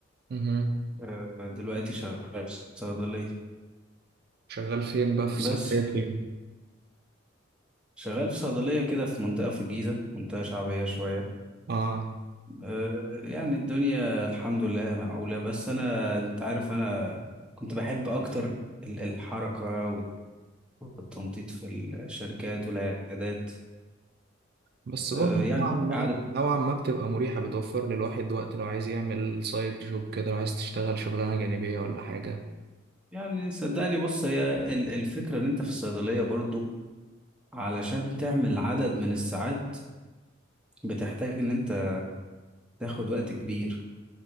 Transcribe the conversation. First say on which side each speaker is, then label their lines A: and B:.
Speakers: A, on the right; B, in the centre.
A: مهم.
B: آه، دلوقتي شغال في صيدليه
A: شغال فين بقى في صيدلية
B: بس
A: فين؟
B: شغال في صيدليه كده في منطقه في الجيزه منطقه شعبيه شويه
A: اه
B: آه، يعني الدنيا الحمد لله معقوله بس انا انت عارف انا كنت بحب اكتر ال- الحركه والتنطيط في الشركات والعيادات
A: بس
B: آه،
A: برضه
B: يعني
A: نوعا ما
B: قعدت
A: نوعا ما بتبقى مريحة بتوفر للواحد وقت لو عايز يعمل سايد جوب كده لو عايز تشتغل شغلانة جانبية ولا حاجة
B: يعني صدقني بص هي ال- الفكرة ان انت في الصيدلية برضو علشان تعمل عدد من الساعات بتحتاج ان انت تاخد وقت كبير